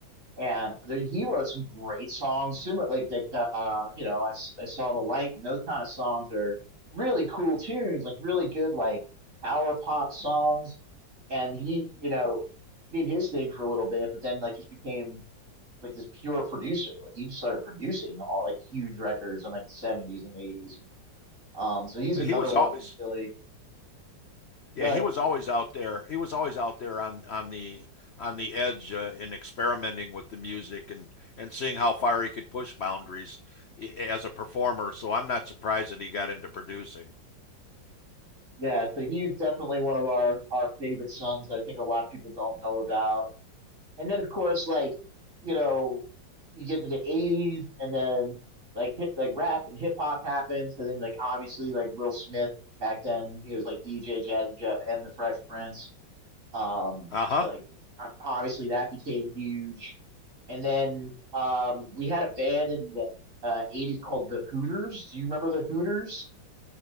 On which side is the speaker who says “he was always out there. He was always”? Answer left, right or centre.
Left